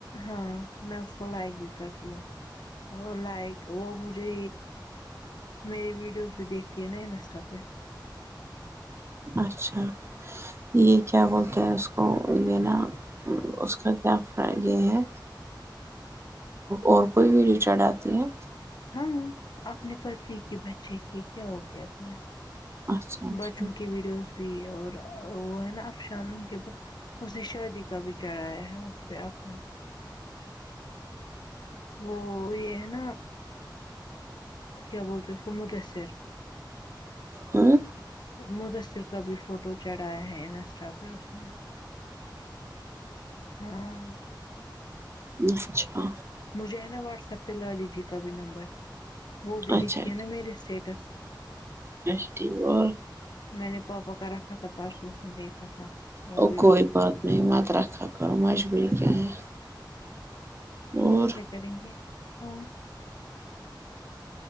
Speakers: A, on the left (about 60°); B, on the right (about 35°).
A: ہاں میں اس کو لائک بھی کرتی ہوں اور لائک وہ مجھے میرے ویڈیوز تو دیکتی ہے نا انسٹا پہ
B: اچھا یہ کیا بولتے ہیں اس کو یہ نا اس کا کیا فرق یہ ہے اور کوئی بھی ری چڈ آتی ہے
A: ہاں اپنے پتی کی بچے کی کیا ہو گیا تمہیں
B: اچھا اچھا
A: بچوں کی ویڈیوز بھی اور وہ ہے نا افشانوں کے اس سے شادی کا بھی چڑھایا ہے اس پہ اپنا وہ یہ ہے نا کیا بولتے اس کو مدثر
B: امم
A: مدثر کا بھی فوٹو چڑھایا ہے انسٹا پہ اس نے ہاں
B: اچھا
A: مجھے ہے نا واٹس ایپ پہ لا لی جی کا بھی نمبر وہ بھی
B: اچھا
A: دیکھتی ہے نا میرے اسٹیٹس
B: بھیجتی ہوں اور
A: میں نے پاپا کا رکھا تھا پرسوں اس نے دیکھا تھا وہ
B: اور
A: ویڈیوز
B: کوئی بات نہیں مت رکھا کرو مجبوری کیا ہے
A: کیوں
B: اور
A: وہ کیا کریں گے اور